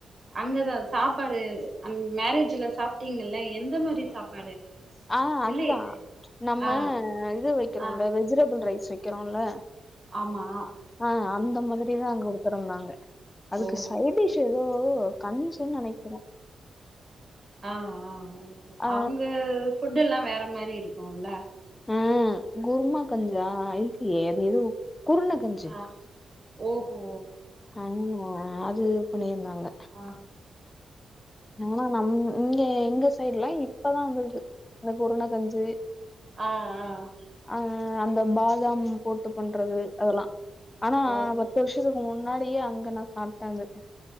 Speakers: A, on the right; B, on the left.
A: அங்கதா சாப்பாடு அந் மேரேஜுல சாப்ட்டீங்கல்ல எந்த மாரி சாப்பாடு
B: ஆஹ் அதுதா‌
A: இல்ல
B: நம்ம
A: ஆ
B: இது வெக்கிறோல
A: ஆ
B: வெஜிரபுள் ரைஸ் வெக்கிறோல்ல
A: ஆமா
B: ஆஹ் அந்த மாதிரிதா அங் குடுதுருந்தாங்க அதுக்கு
A: ஓ
B: சைடிஷ் எதோ கன்ஞ்சு நெனக்கிற
A: ஆஹ் ஆ
B: ஆ
A: அவுங்க ஃபுட்டுல்லா வேற மாரி இருக்கும்ல
B: அஹ் குருமா கஞ்சா <inaudible> அது எதோ குருண கஞ்சு
A: ஆ ஓஹோ
B: ஆ அது பண்ணிருந்தாங்க
A: அ
B: நால நம் இங்க எங்க சைடுலா இப்பதா வருது அந்த குருண கஞ்சு
A: ஆ ஆ
B: ஆ அந்த பாதாம் போட்டு பண்றது அதல்லா ஆனா
A: ஓஹோ
B: பத்து வர்ஷ் துக்கு முன்னாடியே அங்க நா சாப்ட்டாந்துர்க்க